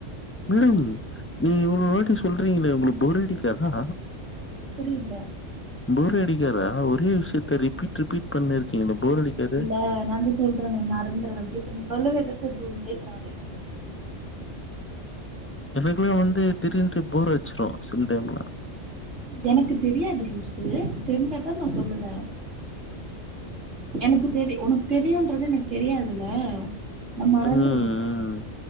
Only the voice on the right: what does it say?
புரியில்ல
அ நாந்தா சொ சொல்றனே மறந்ருவந்து இப்ப நீ சொல்லுவிதத்ல <unintelligible>
எனக்கு தெரியாது லூசு தெருஞ்சாதா நா சொல்லுவே எனக்கு தெரி ஒனக்கு தெரியுன்றது எனக்கு தெரியாதுல்ல நா மறந்துறுவேல்ல